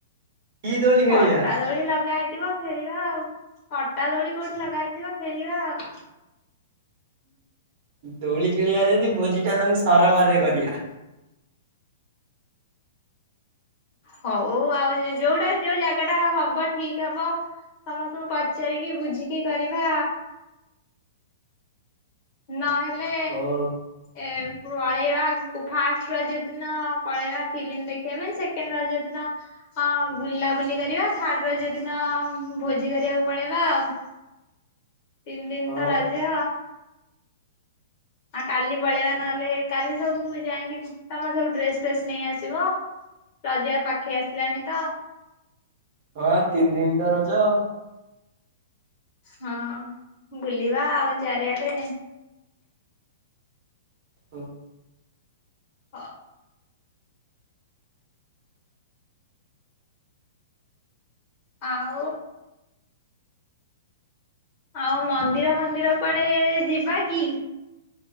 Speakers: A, on the right; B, on the left.
A: କି ଦୋଳି ଖେଳିବା
B: ପଟା ଦୋଳି ଲଗା ହେଇଥିବ ଖେଳିବା ଆଉ ପଟା ଦୋଳି କଉଠି ଲଗା ହେଇଥିବ ଖେଳିବା ଆଉ।
A: ଦୋଳି ଖେଳିବା ଯଦି ଭୋଜି ଟା ତାହାଲେ ସରୋବରରେ କରିବା।
B: ହଉ ଆଉ ଯଉଟା ଯଉ ଜାଗା ଟା ହବ ଠିକ୍ ହବ ସମସ୍ତଙ୍କୁ ପଚାରିକି ବୁଝିକି କରିବା। ନହେଲେ
A: ହଉ
B: ଏ ପଳେଇବା ଫାଷ୍ଟ୍ ରଜ ଦିନ ପଳେଇବା ଫିଲ୍ମ୍ ଦେଖିବା ପାଇଁ ସେକେଣ୍ଡ୍ ରଜ ଦିନ ହଁ ବୁଲା ବୁଲି କରିବା ଥାର୍ଡ୍ ରଜ ଦିନ ଭୋଜି କରିବାକୁ ପଳେଇବା ଆଉ। ତିନ ଦିନ୍
A: ହଁ
B: ତ ରଜ। ଅଁ ଆଉ କାଲି ପଳେଇବା ନହେଲେ କାଲି ସବୁ ମୁଁ ଯାଇକି ତମର ସବୁ ଡ୍ରେସ ଫ୍ରେସ ନେଇ ଆସିବ। ରଜା ପାଖେଇ ଆସିଲାଣି ତ।
A: ହଁ ବା ତିନ୍ ଦିନ୍ ତ ରଜ।
B: ହଁ ବୁଲିବା ଆଉ ଚାରିଆଡେ।
A: ହଉ।
B: ହ। ଆଉ? ଆଉ ମନ୍ଦିର ଫନ୍ଦିର କୁଆଡେ ଯିବା କି?